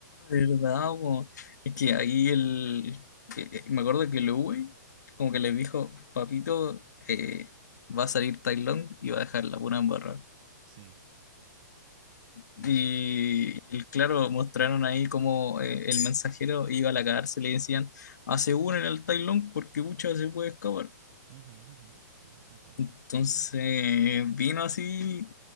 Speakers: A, on the left; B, on the right.
A: De verdad, po. Es que ahí el. eh, eh, Me acuerdo que el Uwe, como que le
B: ¿Mm?
A: dijo, papito, eh, va a salir Tai Lung y va a dejar la pura embarrada.
B: Sí, sí
A: Y,
B: me acuerdo.
A: y el- claro, mostraron ahí como el mensajero iba a la cárcel y decían, hace uno en el Tai Lung porque muchas se puede escapar.
B: Ujú, ujú, Sí, ya me acuerdo.
A: Entonces vino así